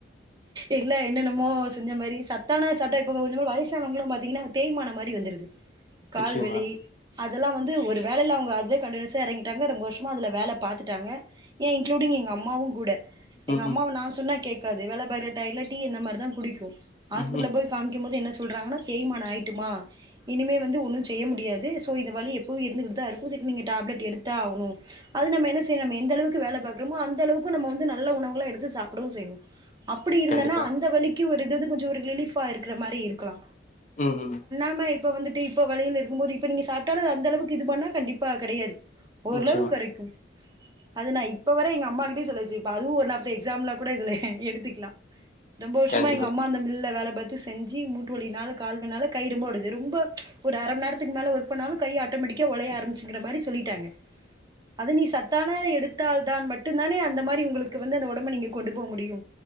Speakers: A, on the right; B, on the left.
A: எல்ல என்னன்னமோ செஞ்ச மேரி சத்தான சட்ட இப்ப கொஞ்ஜோ வயசானவங்களா பாத்திங்கன்னா தேய்மானோ மாரி வந்துருது கால்
B: நிச்சயமா
A: வலி அதெல்லா வந்து ஒரு வேலயில அவுங்க அதுவே கண்டினியூஸா எறங்கிட்டாங்க ரொம்ப வருஷமா அதுல வேல பாத்துட்டாங்க ஏ இன்க்ளூடிங் எங்க அம்மாவு கூட எங்க
B: ம்
A: அம்மாவ
B: ம்
A: நா சொன்னா கேக் க்காது வேல பாகுற டைட்ல டீ இந்த மார் தா குடிக்கு ஆஸ்பிட்டல
B: ம் ம்
A: போயி காமிக்கும் போது என்ன சொல்றாங்கனா தேய்மான ஆயி ட்டுமா இனிமே வந்து ஒன்னு செய்ய முடியாது சோ இந்த வலி எப்பவு இருந்துகிட்டு தா இருக்கு இதுக்கு நீங்க டேப்லெட் எடுத்தா ஆகனு அது நம்ம என்ன செய்ய நம்ம எந்த அளவுக்கு வேல பாக்குறோமோ அந்த அளவுக்கு நம்ம வந்து நல்ல உணவுகள எடுத்து சாப்டவு செய்னு அப்புடி இருந்தன்னா
B: கண்டிப்பா
A: அந்த வலிக்கு ஒ ருதுது கொஞ்சொ ஒரு ரிலீஃபா இருக்குற மாரி இருக்கலா
B: ம் ம்
A: ப்பமே இப்ப வந்துட்டு இப்ப வலில இருக்கும் போது இப்ப நீங்க சாப்டாலு அது அந்தளவுக்கு இது பண்ணா கண்டிப்பா கெடையாது ஓரளவு
B: நிச்சயமா
A: கொறைக்கு அது நா இப்ப வர எங்க அம்மா கிட்டே சொல்யாச்சு இப்ப அதுவு ஒன் ஆஃப் த எக்ஸாம்புலா கூட இதுல எடுத்துக்லா ரொம்ப வர்ஷமா
B: கண்டிப்பா
A: எங்க அம்மா அந்த மில்ல வேல பாத் து செஞ்சு மூட்டு வலினால கால் வலினால கை ரொம்ப வடுது ரொம்ப ஒரு அர மண் நேரத்துக்கு மேல ஒர்க் பண்ணாலு கை ஆட்டோ மேட்டிக்கா ஒலைய ஆரம்மிச்சுங்கிற மாரி சொல்லிட்டாங்க அத நீ சத்தான எடுத்தால் தான் மட்டுந்தானே அந்த மாரி உங்களுக்கு வந்து அந்த ஒடம்ப நீங்க கொண்டு போ முடியு